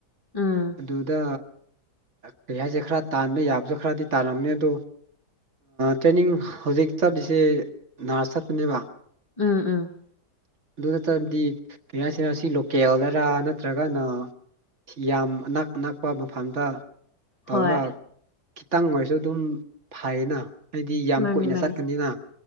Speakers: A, on the left (about 25°); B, on the right (about 45°).
A: ꯎꯝ
B: ꯑꯗꯨꯗ ꯀꯔꯤ ꯍꯥꯏꯁꯦ ꯈꯔ ꯇꯥꯟꯕ ꯌꯥꯕꯗ ꯈꯔꯗꯤ ꯇꯥꯔꯝꯅꯤ ꯑꯗꯣ ꯇ꯭ꯔꯦꯅꯤꯡ ꯍꯧꯖꯤꯛ ꯆꯠꯂꯤꯁꯦ ꯅꯅꯥꯔꯁ ꯆꯠꯄꯅꯦꯕ
A: ꯎꯝ ꯎꯝ
B: ꯑꯗꯨ ꯅꯠꯇ꯭ꯔꯕꯗꯤ ꯀꯔꯤꯍꯥꯏꯁꯤꯔꯁꯤ ꯂꯣꯀꯦꯜꯗꯔꯥ ꯅꯠꯇ꯭ꯔꯒꯅ ꯌꯥꯝ ꯑꯅꯛ ꯑꯅꯛꯄ ꯃꯐꯝꯗ ꯇꯧꯔꯒ
A: ꯍꯣꯏ
B: ꯈꯤꯇꯪ ꯑꯣꯏꯔꯁꯨ ꯑꯗꯨꯝ ꯐꯅ ꯍꯥꯏꯗꯤ ꯌꯥꯝ
A: ꯃꯥꯅꯤ
B: ꯀꯨꯏꯅ
A: ꯃꯥꯅꯤ
B: ꯆꯠꯀꯅꯤꯅ